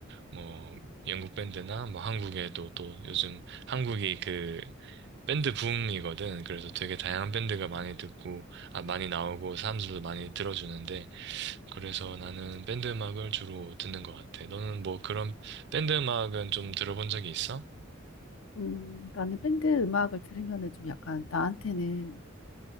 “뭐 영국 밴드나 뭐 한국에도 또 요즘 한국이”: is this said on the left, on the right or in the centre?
Right